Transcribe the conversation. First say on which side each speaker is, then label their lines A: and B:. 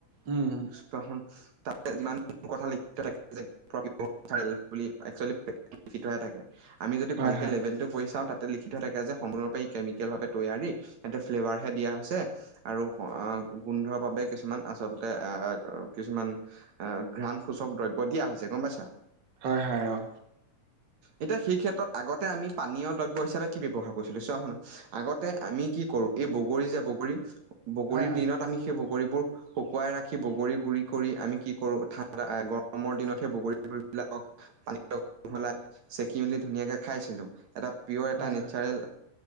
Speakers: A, on the right; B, on the right.
A: উম উম
B: <unintelligible> আমি যদি
A: হয়
B: ভালকে
A: হয়
B: লেভেল টো পঢ়ি চাওঁ তাতে লিখা থাকে যে, সম্পূৰ্ণৰূপ ই কেমিকেল ভাৱে তৈয়াৰী। এতে ফ্লেভাৰ হে দিয়া হৈছে। আৰু গোন্ধৰ বাবে কিছুমান, আচলতে আহ কিছুমান আহ ঘ্ৰাণ সূচক দ্ৰব্য দিয়া হৈছে গম পাইছা?
A: হয়, হয়, অ'।
B: এতিয়া সেই ক্ষেত্ৰত আগতে আমি পানীয় দ্ৰব্য হিচাপে কি ব্যৱহাৰ কৰিছিলো, চোৱা শুনা আগতে আমি কৰো এই বগৰী যে বগৰী, বগৰীৰ
A: হয় হয়
B: দিনত আমি সেই বগৰীবোৰ শুকুৱাই ৰাখি বগৰীৰ গুৰি কৰি আমি কি কৰো, ঠাণ্ডা গৰমৰ দিনতহে বগৰী গুৰিবিলাকক <unintelligible> চেকি মেলি ধুনীয়াকে খাইছিলো, এটা পিয় এটা
A: হয়
B: নেচাৰেল
A: হয়